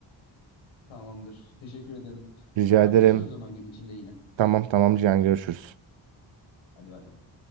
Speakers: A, on the left (about 85°); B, on the right (about 70°).
A: Tamamdır. Teşekkür ederim.
B: Rica
A: Haberleşiyoruz
B: ederim.
A: o zaman gün içinde yine.
B: Tamam tamam Cihan görüşürüz.
A: Hadi bay bay.